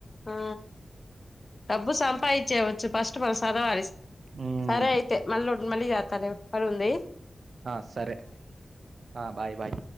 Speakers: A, on the left; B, on the right.
A: ఆ డబ్బు సంపాదించేయవచ్చు ఫస్ట్ మనం సదవాలి
B: ఉమ్,
A: సరే అయితే మళ్ళ వున్ మళ్ళీ చేత్తా లే పని ఉంది
B: ఆ సరే ఆ బాయ్ బాయ్